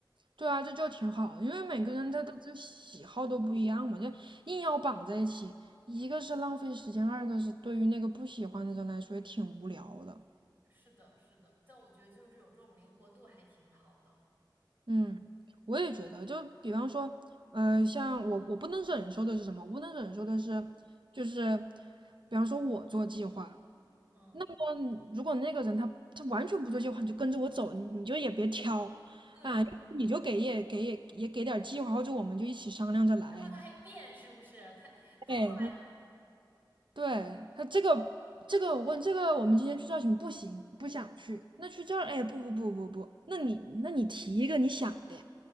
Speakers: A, on the right (about 80°); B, on the right (about 25°).
A: 对啊，这就挺好的，因为每个人他他这喜好都不一样嘛，
B: 对。
A: 就硬要绑在一起，一个是浪费时间，二个是对于那个不喜欢的人来说也挺无聊的。
B: 是的，是的，但我觉得就是有这种灵活度还挺好的。
A: 嗯，我也觉得，就比方说，呃，像我我不能忍受的是什么？我不能忍受的是，就是比方说我做计划，
B: 嗯，
A: 嗯，如果那个人他他完全不做计划，你就跟着我走，你你就也别挑
B: 对，
A: 啊，你就给也给也也给点儿计划，或者我们就一起商量着来。
B: 然后他还变，是不是？他他后来
A: 哎，对他这个这个我问这个，我们今天去造型不行，不想去。那去这儿，哎，不不不不不，那你那你提一个你想的，